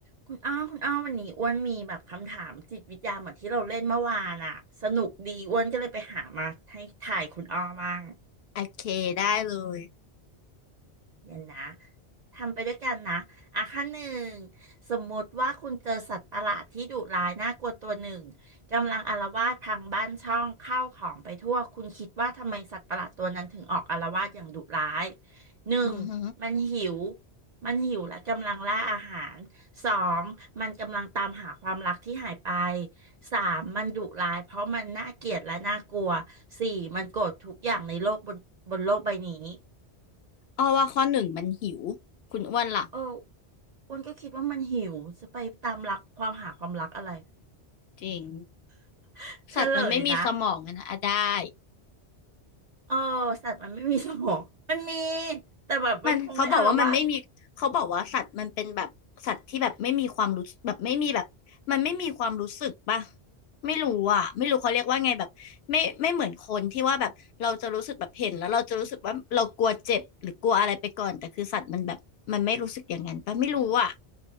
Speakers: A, on the right (about 55°); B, on the left (about 70°).
A: คุณอ้อคุณอ้อวันนี้อ้วนมีแบบคำถามจิตวิทยาเหมือนที่เราเล่นเมื่อวานอะสนุกดีอ้วนก็เลยไปหามาให้ถ่ายคุณอ้อบ้าง
B: โอเคได้เลย
A: เดี๋ยวนะทำไปด้วยกันนะอ่ะขั้นหนึ่งสมมติว่าคุณเจอสัตว์ประหลาดที่ดุร้ายน่ากลัวตัวหนึ่งกำลังอาละวาดทางบ้านช่องข้าวของไปทั่วคุณคิดว่าทำไมสัตว์ประหลาดตัวนั้นถึงออกอาละวาดอย่างดุร้ายหนึ่งมันหิว
B: อือห
A: มันหิวและกำลังล่าอาหารสองมันกำลังตามหาความรักที่หายไปสามมันดุร้ายเพราะมันน่าเกลียดและน่ากลัวสี่มันโกรธทุกอย่างในโลกบนบนโลกใบนี้
B: อ้อว่าข้อหนึ่งมันหิว คุณอ้วนล่ะ
A: เอออ้วนก็คิดว่ามันหิวจะไปตามรักความหาความรักอะไร
B: จริง
A: <laughs> เฉลยนะ
B: สัตว์มันไม่มีสมองอะนะอ่ะได้
A: เออสัตว์มันไม่มีสมองมันมีแต่แบบมันคงไม่อาละวาด
B: มันเขาบอกว่ามันไม่มีเขาบอกว่าสัตว์มันเป็นแบบสัตว์ที่แบบไม่มีความรู้แบบไม่มีแบบมันไม่มีความรู้สึกป่ะไม่รู้อ่ะไม่รู้เขาเรียกว่าไงแบบไม่ไม่เหมือนคนที่ว่าแบบเราจะรู้สึกแบบเห็นแล้วเราจะรู้สึกว่าเรากลัวเจ็บหรือกลัวอะไรไปก่อนแต่คือสัตว์มันแบบมันไม่รู้สึกอย่างนั้นป่ะไม่รู้อ่ะ